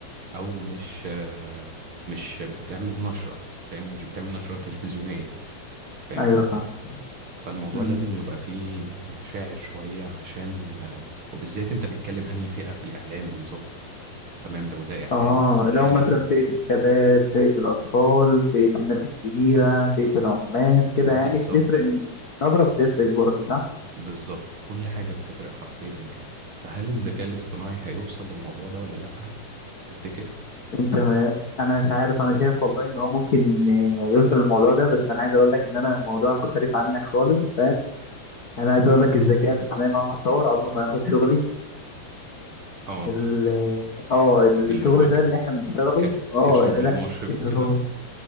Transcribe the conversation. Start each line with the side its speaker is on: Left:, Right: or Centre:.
Right: او مش آه، مش بتعمل نشرة فاهم مش بتعمل نشرة تلفزيونية فاهم
Left: ايوه
Right: قصدي
Left: فاهم
Right: فالموضوع
Left: امم
Right: لازم يبقى فيه مشاعر شوية عشان آه، وبالذات انت بتتكلم انهي فئة في الاعلام بالظبط تمام لو ده اعلان
Left: اه
Right: غير
Left: لو مثلا
Right: ال...
Left: فئة الشباب فئة الأطفال فئة الناس الكبيرة فئة العمال كده
Right: بالظبط
Left: يعني بتفرق من النبرة بتفرق برضو صح
Right: بالظبط كل حاجة بتفرق حرفيا يعني فهل
Left: مم.
Right: الذكاء الاصطناعي هيوصل للموضوع ده ولا لأ تفتكر
Left: انت ما انا مش عارف انا شايف والله ان هو ممكن آه، يوصل للموضوع ده بس انا عايز اقول لك ان انا الموضوع مختلف عنك خالص فاهم انا عايز اقول لك الذكاء الاصطناعي مهما اتطور عمره ما هياخد شغلي
Right: اه
Left: ال- اه الشغل
Right: اللي هو ك...
Left: ده اللي احنا بنشتغله
Right: ك...
Left: اه
Right: كشغل
Left: لا
Right: مشرف وكده
Left: شغل